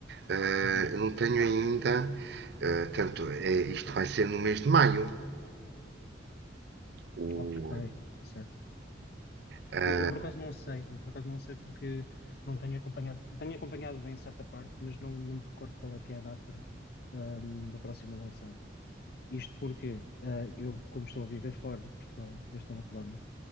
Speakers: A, on the right; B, on the left.
A: eh,
B: Uhum.
A: eu não tenho ainda, eh, tanto, é, isto vai ser no mês de maio. O,
B: Ok, certo.
A: ah,
B: Eu, eu por acaso não sei, eu por acaso não sei porque não tenho acompanhado, tenho acompanhado em certa parte, mas não, não me recordo qual é que é a data, ahm, da próxima eleição. Isto porque ah, eu, como estou a viver fora de Portugal, eu estou na Polónia,